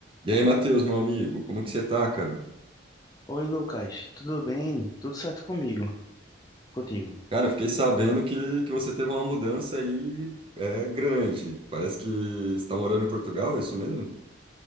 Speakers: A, on the right (about 25°); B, on the left (about 20°).
A: E aí, Matheus, meu amigo, como que você tá, cara?
B: Oi, Lucas, tudo bem? Tudo certo comigo? Contigo?
A: Cara, eu fiquei sabendo que, que você teve uma mudança aí é, grande. Parece que você está morando em Portugal, é isso mesmo?